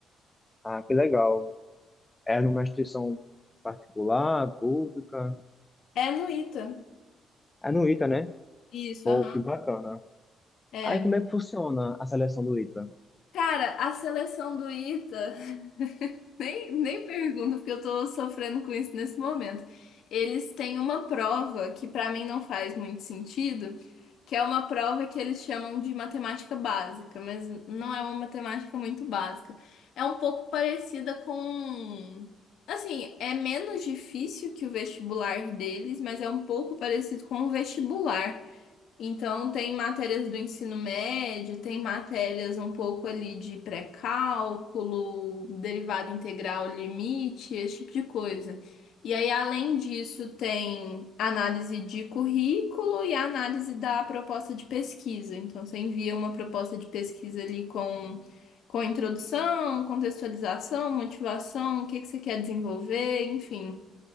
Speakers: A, on the left (about 20°); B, on the left (about 75°).
A: Ah, que legal. Era numa instituição particular, pública.
B: É no ITA,
A: É no ITA, né?
B: isso,
A: Pô,
B: aham.
A: que bacana.
B: É.
A: Aí como é que funciona a seleção do ITA?
B: Cara, a seleção do ITA. Nem, nem pergunto, porque eu tô sofrendo com isso nesse momento. Eles têm uma prova que pra mim não faz muito sentido, que é uma prova que eles chamam de matemática básica, mas não é uma matemática muito básica. É um pouco parecida com. Assim, é menos difícil que o vestibular deles, mas é um pouco parecido com o vestibular. Então, tem matérias do ensino médio, tem matérias um pouco ali de pré-cálculo, derivada integral, limite, esse tipo de coisa. E aí, além disso, tem análise de currículo e análise da proposta de pesquisa. Então, você envia uma proposta de pesquisa ali com, com introdução, contextualização, motivação, o que que você quer desenvolver, enfim.